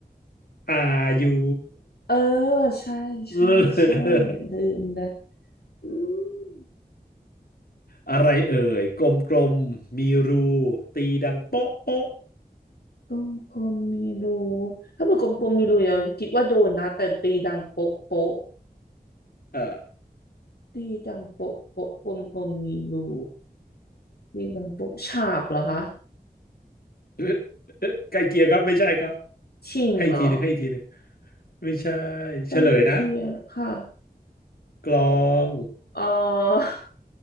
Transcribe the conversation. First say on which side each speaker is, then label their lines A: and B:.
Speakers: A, on the left; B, on the left.
A: อายุ
B: เออใช่ใช่ใช่
A: เออ <laughs>
B: ลืมเลยอืม
A: อะไรเอ่ยกลมๆมีรูตีดังโป๊ะโป๊ะ
B: กลมๆมีรูถ้าเป็นกลมๆมีรูเราคิดว่าโดนนะแต่ตีดังโป๊ะโป๊ะ
A: เออ
B: ตีดังโป๊ะโป๊ะกลมๆมีรูตีดังโป๊ะฉาบเหรอคะ
A: เอ๊ะ <laughs> เอ๊ะใกล้เคียงครับไม่ใช่ครับ
B: ชิงเหรอ
A: ให้อีกทีหนึ่งให้อีกทีหนึ่งไม่ใช่
B: ใกล้เคียงค่ะ
A: เฉลยนะกลอง
B: อ๋อ